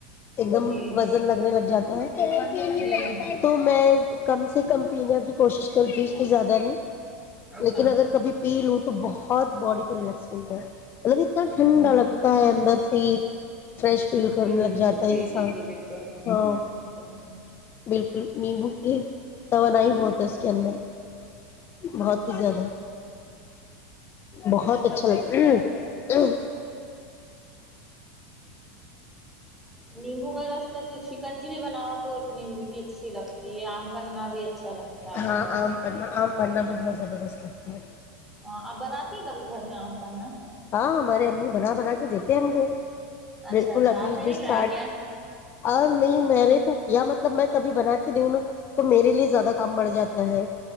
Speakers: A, on the left; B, in the centre.
A: ایک دم
B: جی
A: وزن لگنے لگ جاتا ہے
B: جی
A: تو میں کم سے کم پینے کی کوشش کرتی ہوں اس کو زیادہ نہیں
B: اچھا
A: لیکن اگر کبھی پی لوں تو بہت باڈی کو ریلیکس ملتا ہے مطلب اتنا
B: ہوں
A: ٹھنڈا لگتا ہے اندر عید فریش فیل کرنا
B: جی بالکل
A: جاتا
B: جی
A: انسان
B: جی جی بالکل
A: ہاں
B: جی
A: بالکل نیمبو کی توانائی بہت ہے اس کے اندر بہت ہی زیادہ بہت اچھا لگتا
B: نہیں وہ بس میں شکنجی بھی بناؤ تو نیمبو کی اچھی لگتی ہے آم پننا بھی اچھا لگتا ہے
A: ہاں آم پنا آم پنا بھی بہت زبردست لگتا ہے
B: ہاں آپ بناتی ہیں کبھی گھر میں آم پ ن
A: ہاں ہمارے امی بنا بنا کے دیتے ہیں مھے
B: اچھا
A: بالکل
B: اچھا
A: ابھی
B: آپ نے نہیں
A: جسٹ
B: ٹرائی کیا
A: اور نہیں میں نے تو کیا مطلب میں کبھی بنا کے دوں نا تو میرے لیے زیادہ کام بڑ جاتا ہے